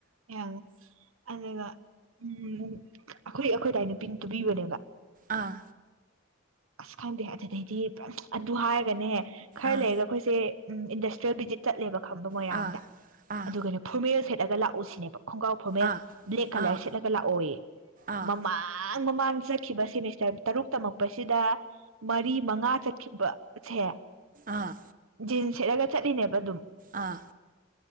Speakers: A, on the right; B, on the right.
A: ꯑꯦ ꯑꯗꯨꯒ ꯎꯝ ꯑꯩꯈꯣꯏ ꯑꯩꯈꯣꯏꯗꯥꯏ ꯅꯨꯄꯤꯅ ꯇꯨꯕꯤꯕꯅꯦꯕ
B: ꯑꯥ
A: ꯑꯁ ꯈꯪꯗꯦ ꯑꯗꯨꯗꯩꯗꯤ ꯑꯗꯨ ꯍꯥꯏꯔꯒꯅꯦ ꯈꯔ
B: ꯑꯥ
A: ꯂꯩꯔꯒ ꯑꯩꯈꯣꯏꯁꯦ ꯎꯝꯟꯗꯁꯇ꯭ꯔꯤꯜ ꯕꯤꯖꯤꯠꯦꯕ ꯈꯝꯕ ꯃꯣꯏꯔꯥꯡꯗ
B: ꯑꯥ ꯑꯥ
A: ꯑꯗꯨꯒꯩꯅꯣ ꯐꯨꯃꯦꯜ ꯁꯦꯠ ꯠꯂꯒ ꯂꯥꯛꯎꯁꯤꯅꯦꯕ ꯈꯣꯡꯒ꯭ꯔꯥꯎ ꯐꯃꯦ
B: ꯑꯥ
A: ꯕ꯭ꯂꯦꯛ ꯀꯂꯔ
B: ꯑꯥ
A: ꯁꯦꯠꯂꯒ ꯂꯥꯛꯑꯣ
B: ꯑꯥ
A: ꯃꯃꯥ ꯑꯥꯡ ꯃꯃꯥꯡ ꯆꯠꯈꯤꯕ ꯁꯦꯃꯤꯁꯇꯔ ꯇꯔꯨꯛ ꯇꯝꯃꯛꯄꯁꯤꯦ ꯁꯤꯗ ꯃꯔꯤ ꯃꯉꯥ ꯆꯠꯈꯤꯕꯁꯦ
B: ꯑꯥ
A: ꯖꯤꯟꯁ ꯁꯦꯠꯂꯒ ꯆꯠꯂꯤꯅꯦꯕ ꯑꯗꯨꯝ
B: ꯑꯥ